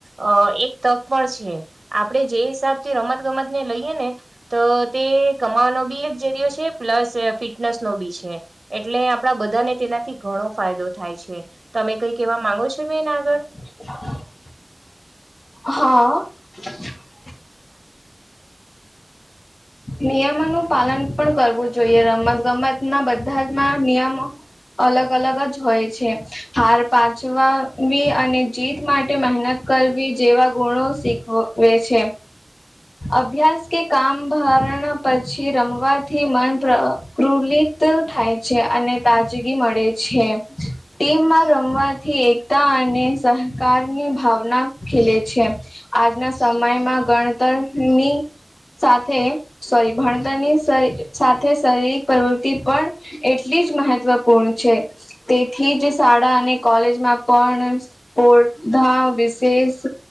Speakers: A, on the right; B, on the left.
A: અ એક તક પણ છે આપણેે જે હિસાબ થી રમત ગમત ને લઈએ ને. તો તે કમાવાનો બી એક જરિયો છે પ્લસ ફિટનેસ નો બી છે. એટલે આપણા બધાને તેનાથી ઘણો ફાયદો થાય છે. તમે કઈ કેવા માંગો છો બેન આગળ.
B: <unintelligible> હા. હ <unintelligible> નિયમોનું પાલન પણ કરવું જોઈએ રમત ગમતમાં બધામાં નિયમો. અલગ અલગ જ હોય છે હાર પાચવાવી અને જીત માટે મહેનત. કરવી જેવા ગુણો શીખવે છે અભ્યાસ કે કામ ભાર. પછી રમવાથી મન પ્રકુલિત થાય છે અને તાજગી મળે. છે ટીમમાં રમવાથી એકતા અને સહકારની ભાવના ખીલે છે આજના સમયમાં ગણ તર ની સાથે. સોરી ભણતરની સ‌ઇ સાથે શારીરિક પ્રવૃતિ પણ એટલી જ મહત્વપૂર્ણ છે. તેથી જ શાળા અને કોલેજમાં પણ પોઘા <inaudible> બધા વિશેષ